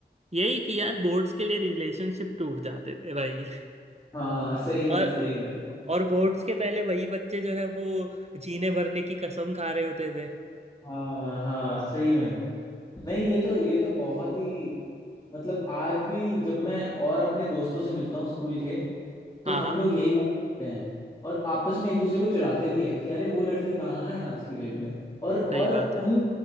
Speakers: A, on the right; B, on the left.
A: यही कि यार बोर्ड्स के लिए रिलेशनशिप टूट जाते थे भाई
B: हाँ सही में
A: और
B: सही में
A: और बोर्ड्स के पहले वही बच्चे जो है वो जीने भरने की कसम खा रहे होते थे
B: हाँ हाँ सही में नहीं ये तो ये तो बहुत ही मतलब आज भी जब मैं और अपने दोस्तों से मिलता हूँ स्कूल के तो
A: हाँ
B: हम
A: हाँ
B: लोग यही बात करते हैं और आपस में एक दूसरे को चिढ़ाते भी है कि अरे वो लड़की कहाँ है आज की डेट में और
A: सही
B: और
A: बात
B: उन
A: है